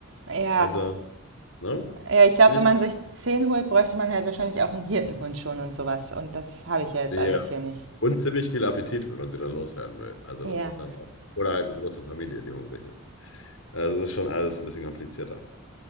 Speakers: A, on the right; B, on the left.
A: Ja,
B: Also, ne?
A: ja ich glaube,
B: Finde
A: wenn man sich zehn holt, bräuchte man halt wahrscheinlich auch einen Hirtenhund schon und sowas. Und das habe ich ja jetzt
B: ich,
A: alles
B: ja.
A: hier nicht.
B: Und ziemlich viel Appetit, wenn man sie dann loswerden will. Also,
A: Ja.
B: das ist dann auch. Oder halt eine große Familie, die hungrig ist. Also, das ist schon alles ein bisschen komplizierter.